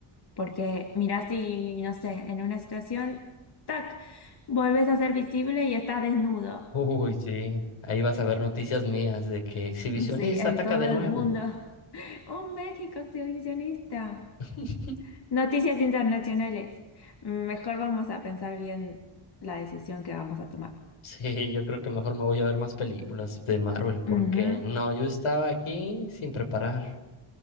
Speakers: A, on the left; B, on the left.
A: porque mirá si, no sé, en una situación, tac, volvés a ser visible y estás desnudo.
B: Uy, sí, ahí vas a ver noticias mías de que exhibicionista
A: Sí, en
B: ataca
A: todo
B: de nuevo.
A: el mundo. <laughs> Un México exhibicionista.
B: <laughs>
A: Noticias internacionales. Mm, Mejor vamos a pensar bien la decisión que vamos a tomar.
B: Sí, yo creo que mejor me voy a ver más películas de Marvel porque
A: Ujú.
B: no, yo estaba aquí sin preparar.